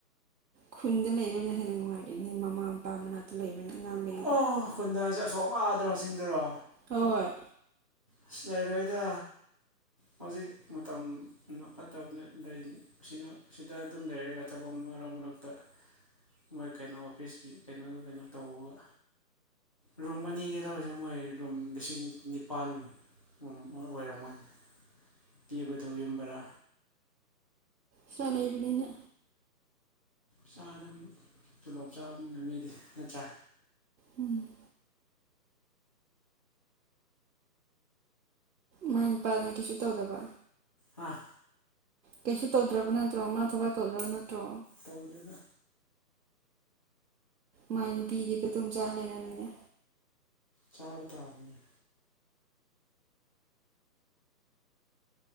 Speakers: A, on the right; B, on the left.
A: ꯈꯨꯟꯗ ꯂꯩꯕꯅ ꯍꯦꯟꯅ ꯅꯨꯡꯉꯥꯏꯔꯤꯅꯦ ꯃꯃꯥ ꯃꯄꯥ ꯃꯅꯥꯛꯇ ꯂꯩꯕꯅꯤ ꯑꯉꯥꯡꯂꯩꯔꯗꯤ
B: ꯑꯣ ꯈꯨꯟꯗ ꯍꯥꯏꯁꯤ ꯑꯁꯣꯝ ꯑꯥꯗꯔ‌ꯣ ꯆꯤꯡꯗꯔꯣ
A: ꯍꯣꯏ
B: ꯑꯁ ꯂꯩꯔꯣꯏꯗ ꯍꯧꯖꯤꯛ ꯃꯇꯝ ꯐꯠꯇꯕꯅ‌ꯦ ꯂꯩꯅꯤ ꯑꯁꯤꯅ ꯁꯤꯗ ꯑꯗꯨꯝ ꯂꯩꯔꯒ ꯊꯕꯛ ꯃꯔꯛ ꯃꯔꯛꯇ ꯃꯣꯏ ꯀꯩꯅꯣ ꯑꯣꯐꯤꯁꯀꯤ ꯀꯩꯅꯣ ꯀꯩꯅꯣ ꯇꯔꯒ ꯔꯨꯝ ꯑꯅꯤꯅꯤ ꯂꯧꯔꯤꯁꯦ ꯃꯣꯏ ꯔꯨꯝ ꯂꯤꯁꯤꯡ ꯅꯤꯄꯥꯟ ꯑꯣꯏꯔꯝꯃꯅꯤ ꯄꯤꯕꯗꯣ ꯌꯨꯝꯕꯔꯥ
A: ꯁꯤꯔꯥ ꯂꯩꯕꯅꯤꯅ
B: ꯆꯥ ꯑꯗꯨꯝ ꯇꯣꯂꯣꯞ ꯆꯥꯕ ꯅꯤꯅ ꯃꯤꯗꯤ ꯅꯠꯇ꯭ꯔꯥ
A: ꯎꯝ ꯃꯥꯏ ꯅꯨꯄꯥꯅ ꯀꯩꯁꯨ ꯇꯧꯗꯕ
B: ꯑ
A: ꯀꯩꯁꯨ ꯇꯧꯗ꯭ꯔꯕ ꯅꯠꯇ꯭ꯔꯣ ꯃꯥ ꯊꯕꯛ ꯇꯧꯗ꯭ꯔꯕ ꯅꯠꯇ꯭ꯔꯣ
B: ꯇꯧꯗ‌ꯦꯗ
A: ꯃꯥꯏ ꯅꯨꯄꯤꯒꯤꯗ ꯑꯗꯨꯝ ꯆꯥꯥ ꯂꯩꯔꯝꯅꯤꯅꯦ
B: ꯆꯥꯕꯇꯥꯕꯅꯤꯅ‌ꯦ